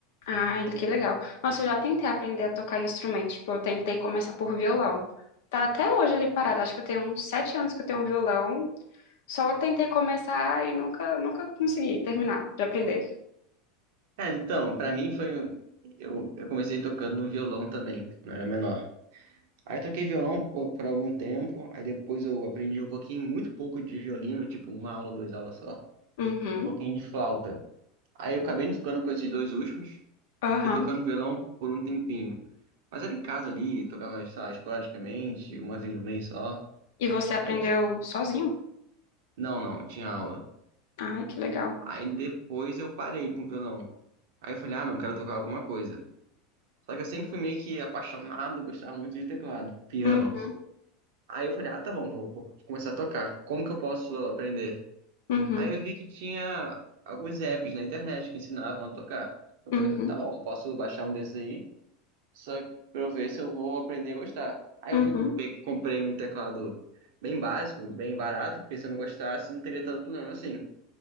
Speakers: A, on the left (about 60°); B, on the right (about 60°).
A: Ai, que legal. Nossa, eu já tentei aprender a tocar instrumento. Tipo, eu tentei começar por violão. Tá até hoje ali parado. Acho que eu tenho uns sete anos que eu tenho um violão. Só tentei começar e nunca, nunca consegui terminar de aprender.
B: Cara, então, pra mim foi. um, Eu, eu comecei tocando violão também, quando eu era menor. Aí eu toquei violão por, por algum tempo, aí depois eu aprendi um pouquinho, muito pouco de violino, tipo uma aula, duas aulas só.
A: Uhum,
B: Um pouquinho de flauta. Aí eu acabei não ficando com esses dois últimos
A: aham.
B: e tocando violão por um tempinho. Mas era em casa ali, tocava, sei lá, esporadicamente, uma vez no mês só.
A: E você aprendeu
B: Aí, ti-
A: sozinho?
B: não, não, tinha aula.
A: Ai, que legal.
B: Aí depois eu parei com o violão. Aí eu falei, ah, não, quero tocar alguma coisa. Só que eu sempre fui meio que apaixonado, gostava muito de teclado, piano.
A: Uhum,
B: Aí eu falei, ah, tá bom, vou, vou começar a tocar. Como que eu posso aprender?
A: uhum,
B: Aí eu vi que tinha alguns apps na internet que ensinavam a tocar. Eu
A: uhum,
B: falei, tá bom, posso baixar um desses aí. Só pra eu ver se eu vou aprender a gostar. Aí
A: uhum.
B: eu fui, pe- comprei um teclado bem básico, bem barato, porque se eu não gostasse, não teria tanto problema assim.